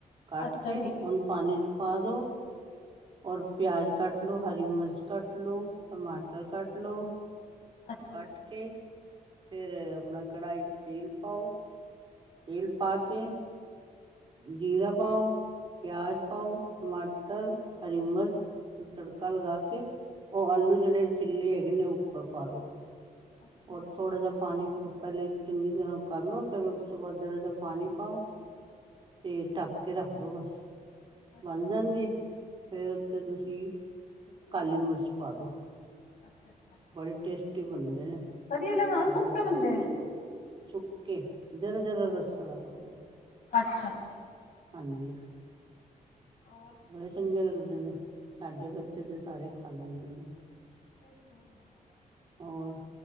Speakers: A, on the right; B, on the left.
A: ਕਟ
B: ਅੱਛਾ
A: ਕੇ
B: ਜੀ।
A: ਓ ਪਾਨੀ ਚ ਪਾ ਦੋ ਔਰ ਪੇਆਜ਼ ਕੱਟ ਲੋ ਹਰੀ ਮੀਰਚ ਕੱਟ ਲੋ ਟਮਾਟਰ ਕੱਟ ਲੋ
B: ਅੱਛਾ
A: ਕੱਟ
B: ਜੀ,
A: ਕੇ ਫੇਰ ਆਪਣਾ ਕੜਾਈ ਚ ਤੇਲ ਪਾਓ, ਤੇਲ ਪਾ ਕੇ ਜੀਰਾ ਪਾਓ ਪੇਆਜ ਪਾਓ ਟਮਾਟਰ ਹਰੀ ਮੀਰਚ ਤੜਕਾ ਲਗਾ ਕੇ ਓ ਆਲੂ ਜੇੜੇ ਛੀਲੇ ਹੈਗੇ ਨੇ ਓ ਉੱਪਰ ਪਾ ਦੋ
B: ਅੱਛਾ
A: ਔਰ
B: ਜੀ,
A: ਥੋੜਾ ਜਾ ਪਾਨੀ ਪੈਲੇ ਚੰਗੀ ਤਰਾ ਕਰ ਲੋ ਫੇਰ ਓਸ ਤੋਂ ਬਾਦ ਜਰਾ ਜਾ ਪਾਨੀ ਪਾਓ ਤੇ ਢਕ ਕੇ ਰੱਖਦੋ ਬਸ।
B: ਅੱਛਾ
A: ਬਣ
B: ਜੀ
A: ਜਾਣਗੇ ਫੇਰ ਉੱਤੇੇ ਤੁਸੀਂ ਕਾਲੀ
B: ਹੋਰ
A: ਮੀਰਚ ਪਾ ਦੋ
B: ਅੱਛਾ-ਅੱਛਾ।
A: ਬੜੇ ਟੇਸਟੀ ਬਣਦੇ ਨੇ
B: ਤਰੀ ਆਲੇ ਬਣਾਓ
A: ਮਜ਼ਾ
B: ਸੁੱਕੇ
A: ਆ ਜਾਂਦਾ
B: ਬੰਦੇ ਨੇ
A: ਸੁਕੇ-ਜਰਾ-ਜਰਾ ਰਸਾ ਰੱਖ ਦੋ ਬਸ।
B: ਅੱਛਾ ਛਾ।
A: ਹਾਂਜੀ।
B: ਹੋਰ?
A: ਬੜੇ ਚੰਗੇ ਲੱਗਦੇ ਨੇ, ਸਾਡੇ ਬੱਚੇ ਤੇ ਸਾਰੇ ਖਾ ਲੈਂਦੇ ਨੇ।
B: ਟੇਸਟੀ ਹੁੰਦੇ ਨੇ।
A: ਹੋਰ?